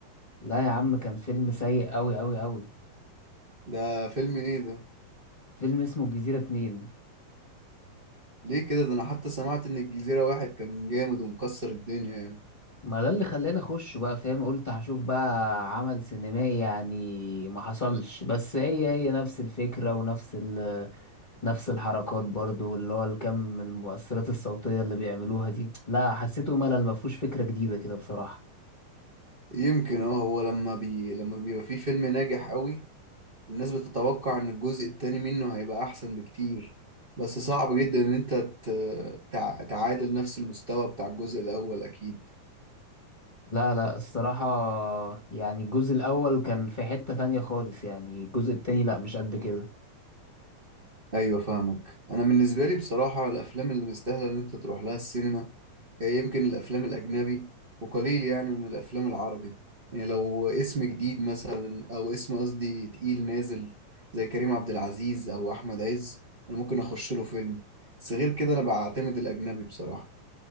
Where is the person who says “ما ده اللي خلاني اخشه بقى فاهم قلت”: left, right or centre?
Left